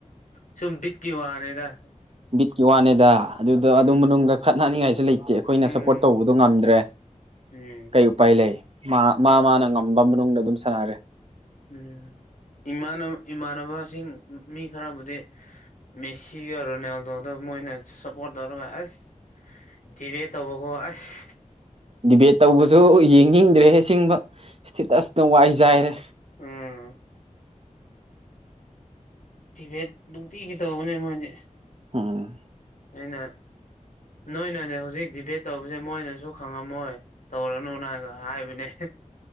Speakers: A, on the left; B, on the right.
A: ꯁꯨꯝ ꯕꯤꯠꯀꯤ ꯋꯥꯅꯦꯗ
B: ꯕꯤꯠꯀꯤ ꯋꯥꯅꯦꯗ ꯑꯗꯨꯗ
A: ꯎꯝ
B: ꯑꯗꯨ ꯃꯅꯨꯡꯗ ꯈꯠꯅꯅꯤꯡꯉꯥꯏꯁꯨ ꯂꯩꯇꯦ ꯑꯩꯈꯣꯏꯅ
A: ꯎꯝ
B: ꯁꯞꯄꯣꯔꯠ ꯇꯧꯕꯗꯣ ꯉꯝꯗ꯭ꯔꯦ
A: ꯎꯝ
B: ꯀꯩ ꯎꯄꯥꯏ ꯂꯩ ꯃꯥ ꯃꯥ ꯃꯥꯅ ꯉꯝꯕ ꯃꯅꯨꯡꯗ ꯑꯗꯨꯝ ꯁꯥꯟꯅꯔꯦ
A: ꯎꯝ ꯏꯃꯥꯟ ꯏꯃꯥꯟꯅꯕꯁꯤꯡ ꯃꯤ ꯈꯔꯕꯨꯗꯤ ꯃꯦꯁꯤꯒ ꯔꯣꯅꯥꯜꯗꯣꯒꯗ ꯃꯣꯏꯅ ꯁꯞꯄꯣꯔꯠꯒ ꯑꯁ ꯗꯤꯕꯦꯠ ꯇꯧꯕꯀꯣ ꯑꯁ
B: ꯗꯤꯕꯦꯠ ꯇꯧꯕꯁꯨ ꯌꯦꯡꯅꯤꯡꯗ꯭ꯔꯦ ꯑꯥꯁꯦꯡꯕ ꯏꯁꯇꯦꯇꯁꯅ ꯋꯥꯏꯆꯥꯏꯔꯦ
A: ꯎꯝ ꯗꯤꯚꯦꯠ ꯅꯨꯡꯇꯤꯒꯤꯇꯧꯕꯅꯦ ꯃꯣꯏꯗꯤ
B: <inaudible>
A: ꯑꯩꯅ ꯅꯣꯏꯅꯦ ꯍꯧꯖꯤꯛ ꯗꯤꯕꯦꯠ ꯇꯧꯕꯁꯦ ꯃꯣꯏꯅꯁꯨ ꯈꯪꯉꯝꯃꯣꯏ ꯇꯧꯔꯅꯨꯅꯒ ꯍꯥꯏꯕꯅꯦ